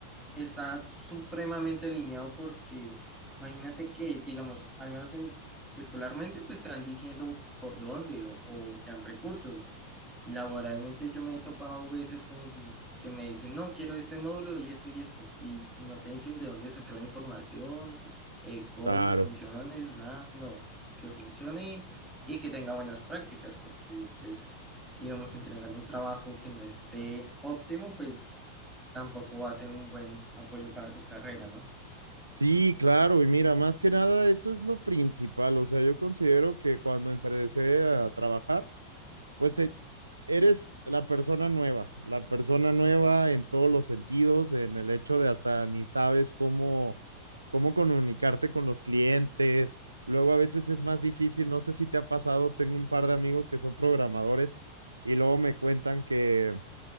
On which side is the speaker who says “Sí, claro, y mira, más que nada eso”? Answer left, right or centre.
Right